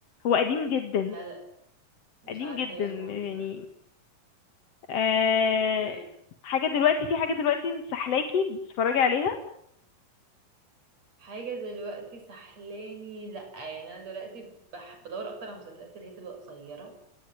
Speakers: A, on the left; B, on the right.
A: هو قديم جدا
B: لا لا مش
A: قديم
B: عارفاه
A: جدا
B: خالص
A: يعني
B: ده
A: آه
B: ال-
A: حاجة دلوقتي في حاجة دلوقتي مسحلاكي بتتفرجي عليها
B: حاجة دلوقتي سحلاني لا يعني انا دلوقتي بح... بدور اكتر على المسلسلات اللي هي تبقى قصيرة